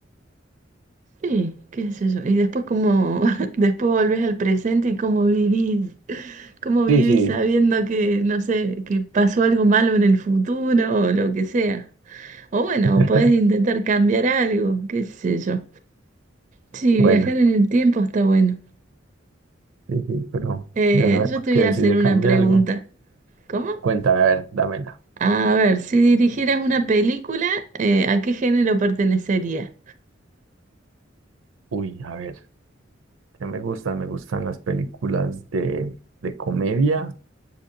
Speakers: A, on the right; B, on the right.
A: Sí, qué es eso. Y después cómo, <laughs> después volvés al presente y cómo vivís. ¿Cómo vivís
B: Sí, sí.
A: sabiendo que, no sé, que pasó algo malo en el futuro o lo que sea? O bueno,
B: <laughs>
A: podés intentar cambiar algo, qué sé yo. Sí,
B: Bueno,
A: viajar en el tiempo está bueno.
B: sí, sí, pero
A: Eh,
B: ya sabemos
A: yo te
B: que
A: voy a hacer
B: si se
A: una
B: cambia
A: pregunta.
B: algo,
A: ¿Cómo?
B: cuéntame, a ver, dámela.
A: A ver, si dirigieras una película, eh, ¿a qué género pertenecería?
B: Uy, a ver, ¿qué me gustan? Me gustan las películas de, de comedia